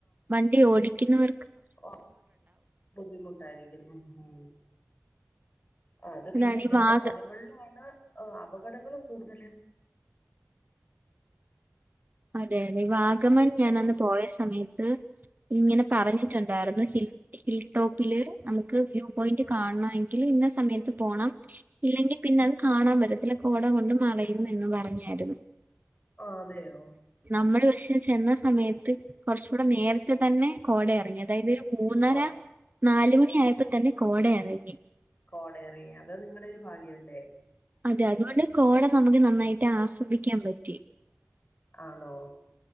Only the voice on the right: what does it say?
വണ്ടി ഓടി ക്കിന്നവർ
അതാണ്
ഈ വാഗ
അതെ അതെ വാ വാഗമൺ ഞാൻ
അന്ന് പോയ സമയത്ത് ഇങ്ങനെ പറഞ്ഞിട്ടുണ്ടായിരുന്നു ഹിൽ ഹിൽടോപ്പില് നമുക്ക് വ്യൂ പോയിന്റ് കാണണമെങ്കിൽ ഇന്ന സമയത്ത് പോണം ഇല്ലെങ്കിൽ പിന്നെ അത് കാണാൻ പറ്റത്തില്ല കോട കൊണ്ട് മറയും എന്ന് പറഞ്ഞായിരുന്നു
നമ്മൾ പക്ഷെ ചെന്ന സമയത്ത് കൊറച്ചുടെ നേരത്തെ തന്നെ കോട ഇറങ്ങി അതായത് ഒരു മൂന്നര
നാല് മണി ണി ആയപ്പോ തന്നെ കോട ഇറങ്ങി
അതെ അതുകൊണ്ട് കോട നമുക്ക് നന്നായിട്ട് ആസ്വദിക്കാൻ പറ്റി